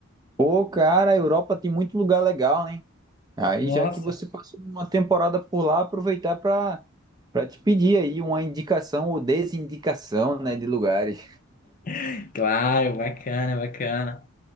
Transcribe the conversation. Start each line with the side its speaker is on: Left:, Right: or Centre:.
Right: Pô, cara, a Europa tem muito lugar legal, né? Aí
Left: Nossa,
Right: já que você passou uma temporada por lá, aproveitar pra para te pedir aí uma indicação ou desindicação, né, de lugares.
Left: <laughs> claro, bacana, bacana.